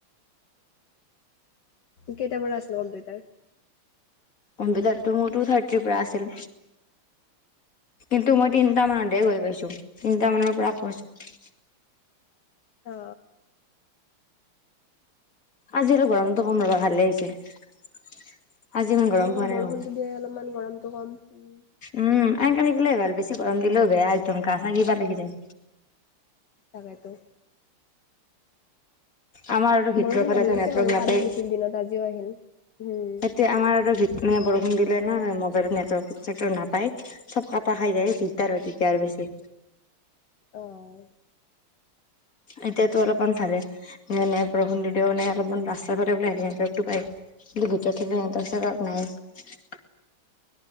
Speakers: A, on the left; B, on the left.
A: কেইটা বাজাত আছিলে কম্পিতাৰ
B: অম্বিতাৰ টু মোৰ টু থাৰ্টিৰ পৰা আছিল কিন্তু মই তিনটা মানতহে গৈ পাইছো তিনটা মানৰ পৰা কৈছো
A: অ
B: আজিলৈ গৰমতো কম ৰবা ভালেই হৈছে আজি ইমান গৰম
A: অ
B: পোৱা নাই
A: বৰষুণতো
B: মই
A: দিয়াই অলপমান গৰমটো কম উম,
B: উম এনকে থাকিলেই ভাল বেছি গৰম দিলেও বেয়া একদম গা চা কিবা লাগি যায়
A: তাকেইটো
B: আমাৰ আৰু ভিতৰৰ
A: বৰষুণ
B: ফালে
A: আহি আছে
B: নেটৱৰ্ক
A: বাৰু
B: নাপায়
A: কালিও দিছিল দিনত আজিও আহিল। হোম
B: তিয়া আমাৰ আৰুভিত মানে বৰষুণ দিলে ভিতৰত না মোবাইলত নেটৱৰ্ক ছেটৱৰ্ক নাপায়। চব কাটা খাই যায়, দিগদাৰ হয় তেতিয়া আৰু বেছি।
A: অ'।
B: এতিয়াতো অলপমান ভালে নাই নাই বৰষুণ দি দিলে মানে অলপমান ৰাস্তাৰ ফালে ওলাই আহিলে নেটৱৰ্কটো পাই। তথাপিও নেটৱৰ্ক ছেটৱৰ্ক নাই।